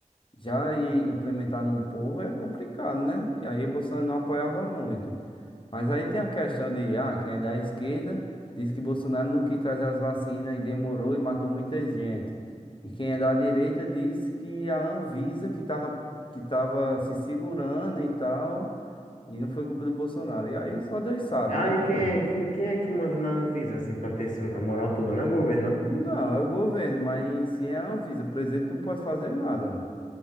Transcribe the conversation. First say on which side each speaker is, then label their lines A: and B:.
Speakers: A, on the left (about 40°); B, on the left (about 80°).
A: já ir implementar no povo é complicado, né? E aí Bolsonaro não apoiava muito. Mas aí tem a questão de, ah, quem é da esquerda diz que Bolsonaro não quis trazer as vacinas e demorou e matou muita gente. E quem é da direita diz que a Anvisa que tava, que tava se segurando e tal, e não foi culpa do Bolsonaro. E aí só Deus sabe,
B: Ah,
A: né, meu
B: e quem
A: mano?
B: é, que, quem é que manda na Anvisa, assim, pra ter essa moral toda? Não é o governo,
A: Não,
B: não?
A: é o governo, mas em si é a Anvisa. O presidente não pode fazer nada, mano.